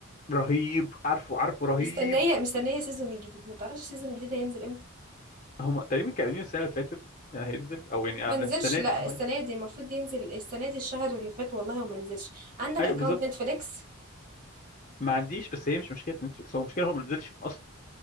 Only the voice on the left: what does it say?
رهيب عارفه عارفه رهيب
هما تقريبا كانوا قايلين السنه اللي فاتت آه، هينزل او يعني
على
السنه
دي انه
هينزل
ايوه
بالظبط
ما عنديش بس هي مش مشكله نتفليكس هو مشكله هو ما نزلش اصلا